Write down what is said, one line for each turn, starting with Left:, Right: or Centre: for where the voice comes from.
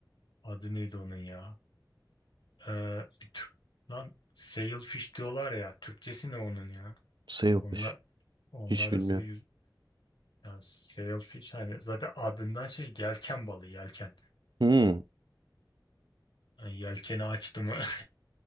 Left: adı neydi onun ya? Ee, bir tür... Lan sailfish diyorlar ya. Türkçesi ne onun ya?
Right: Sailfish.
Left: Onlar, onlar
Right: Hiç bilmiyorum.
Left: hızlı yüz... Ya sailfish hani zaten adından şey yelken balığı yelken.
Right: Hmm,
Left: Yani yelkeni açtı mı? <laughs>